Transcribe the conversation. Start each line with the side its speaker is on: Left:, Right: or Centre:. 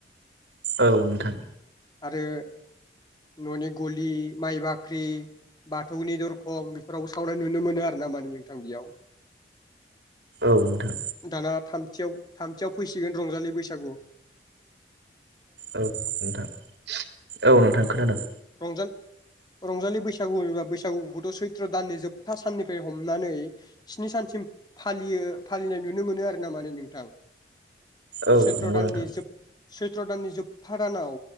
Right: औ नोंथां।
Left: आरो न'नि गलि माइ बाख्रि बाथौनि दरखं बेफोरावबो सावनाय नुनो मोनो आरो ना माने नोंथां बेयाव।
Right: औ नोंथां
Left: दाना थामथियाव थामथियाव फैसिगोन रंजालि बैसागु।
Right: औ नोंथां औ नोंथां खोनोनादों।
Left: रंजा रंजालि बैसागुबा बैसागुखौथ' सैत्र' दाननि जोबथा साननिफ्राय हमनानै स्नि सानसिम फालियो फालिनाय नुनो मोनो आरो ना माने नोंथां
Right: औ
Left: सैत्र
Right: नंगौ
Left: दाननि
Right: नोंथां
Left: जोब सैत्र' दाननि जोबथा दानाव